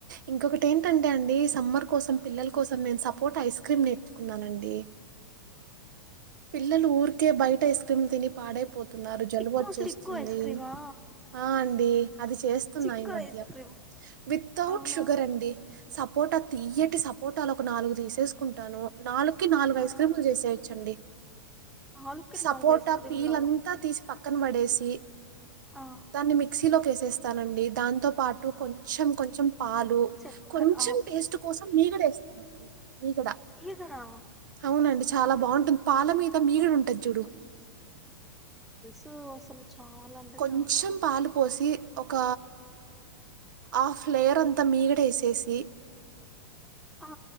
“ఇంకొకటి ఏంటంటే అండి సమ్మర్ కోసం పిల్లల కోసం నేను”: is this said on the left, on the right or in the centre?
Right